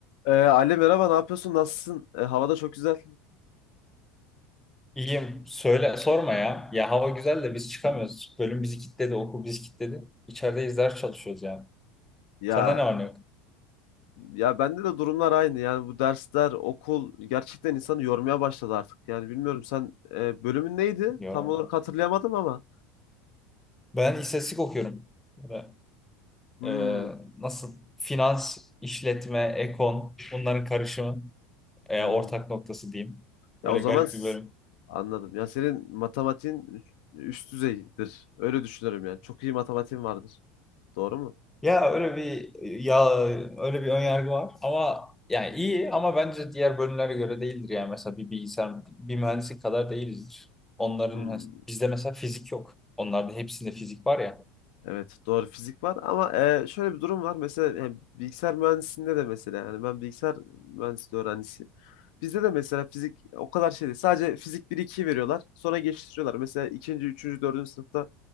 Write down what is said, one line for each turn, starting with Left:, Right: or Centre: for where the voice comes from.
Left: Ee, Ali merhaba ne yapıyorsun nasılsın Ee, havada çok güzel
Centre: İyiyim. Söyle, sorma ya. Ya hava güzel de biz çıkamıyoruz. Bölüm bizi kilitledi, okul bizi kilitledi. İçerideyiz, ders çalışıyoruz yani.
Left: ya
Centre: Sende ne var ne yok?
Left: ya bende de durumlar aynı yani bu dersler okul gerçekten insanı yormaya başladı artık yani bilmiyorum sen e, bölümün neydi
Centre: Yok.
Left: tam olarak hatırlayamadım ama
Centre: Ben istatistik okuyorum. Böyle,
Left: hmm,
Centre: e, nasıl? Finans, işletme, ekon bunların karışımı. e,
Left: hmm.
Centre: ortak noktası diyeyim. Öyle
Left: ya o zaman
Centre: garip
Left: s-
Centre: bir bölüm.
Left: anladım ya senin matematiğin üst düzeydir öyle düşünüyorum yani çok iyi matematiğin vardır doğru mu?
Centre: Ya öyle bir ya öyle bir ön yargı var ama yani iyi ama bence diğer bölümlere göre değildir yani mesela bir bilgisayar bir mühendislik kadar değilizdir. Onların
Left: Hmm.
Centre: mes- bizde mesela fizik yok. Onlarda hepsinde fizik var ya.
Left: Evet doğru fizik var ama e, şöyle bir durum var. Mesela yani bilgisayar mühendisliğinde de mesela yani ben bilgisayar mühendisliği öğrencisiyim. Bizde de mesela fizik o kadar şey değil. Sadece fizik bir 2yi veriyorlar. Sonra geçiştiriyorlar. Mesela ikinci üçüncü dördüncü sınıfta